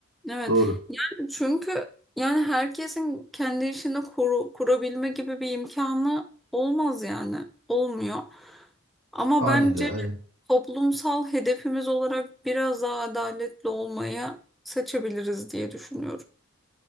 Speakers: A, in the centre; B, on the right.
A: Evet.
B: doğru
A: Yani çünkü yani herkesin kendi işini kuru- kurabilme gibi bir imkanı olmaz yani. Olmuyor. Ama
B: haliyle
A: bence
B: yani.
A: toplumsal hedefimiz olarak biraz daha adaletli olmayı seçebiliriz diye düşünüyorum.